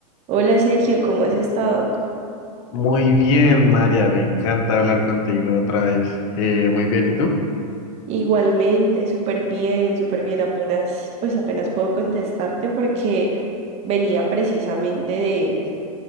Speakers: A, on the right; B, on the left.
A: Hola Sergio, ¿cómo has estado?
B: Muy bien, María, me encanta hablar contigo otra vez. Eh, muy bien, ¿y tú?
A: Igualmente, súper bien, súper bien. Apenas, pues apenas puedo contestarte porque venía precisamente de,